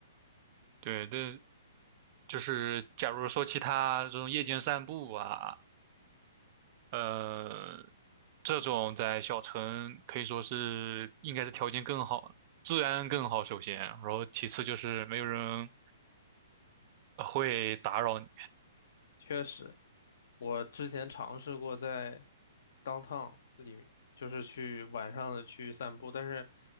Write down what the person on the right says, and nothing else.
对，但就是假如说其他这种夜间散步啊，呃，这种在小城可以说是应该是条件更好，治安更好，首先，然后其次就是没有人呃会打扰你，